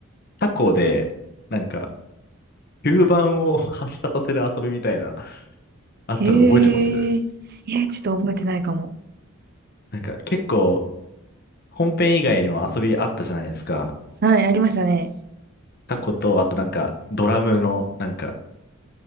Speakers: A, on the left (about 45°); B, on the right (about 45°).
A: タコで、なんか、吸盤を発射させる遊びみたいな、あったの覚えてます
B: へえ。えちょっと覚えてないかも。
A: なんか、結構、本編以外にも遊びあったじゃないですか。
B: はい、ありましたね。
A: タコと、あとなんか、ドラムの、なんか、